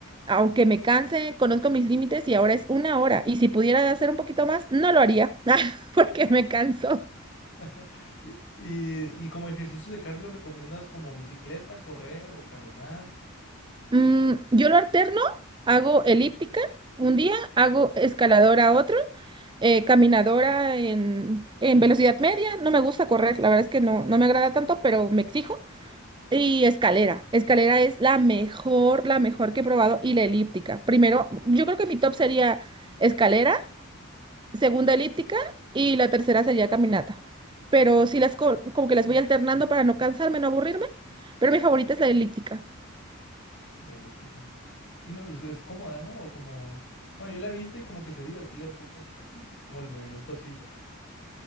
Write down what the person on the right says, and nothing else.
aunque me canse, conozco mis límites y ahora es una hora. Y si pudiera hacer un poquito más, no lo haría, <laughs> porque me canso.
Mm, yo lo alterno, hago elíptica un día, hago escaladora otro, eh, caminadora en, en velocidad media. No me gusta correr, la verdad es que no, no me agrada tanto, pero me exijo. Y escalera. Escalera es la mejor, la mejor que he probado y la elíptica. Primero, yo creo que mi top sería escalera, segunda elíptica y la tercera sería caminata. Pero sí las co- como que las voy alternando para no cansarme, no aburrirme, pero mi favorita es la elíptica.